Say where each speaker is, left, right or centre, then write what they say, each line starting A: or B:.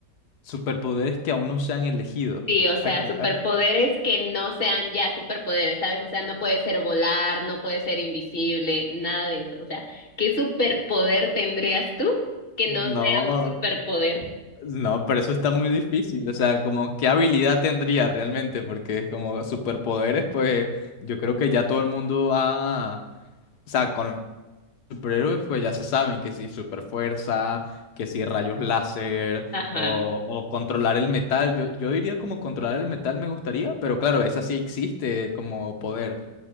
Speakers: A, on the left; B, on the left.
A: Superpoderes que aún no se han elegido.
B: Sí, o sea,
A: ¿A qué?
B: superpoderes
A: a-
B: que no sean ya superpoderes, ¿sabes? O sea, no puede ser volar, no puede ser invisible, nada de eso. O sea, ¿qué superpoder tendrías tú que no
A: No.
B: sea un superpoder?
A: No, pero eso está muy difícil. O sea, como qué habilidad tendría realmente, porque es como superpoderes, pues yo creo que ya todo el mundo ha, o sea, con los superhéroes, pues ya se saben que si superfuerza, que si rayos láser,
B: Ajá,
A: o, o controlar el metal. Yo, yo diría como controlar el metal me gustaría, pero claro, esa sí existe como poder.